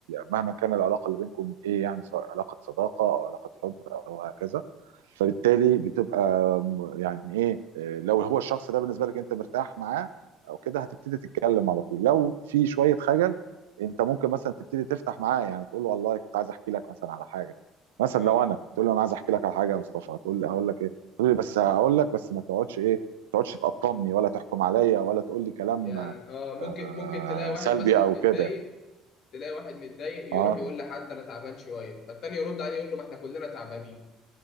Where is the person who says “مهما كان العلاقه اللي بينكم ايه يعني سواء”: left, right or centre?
Right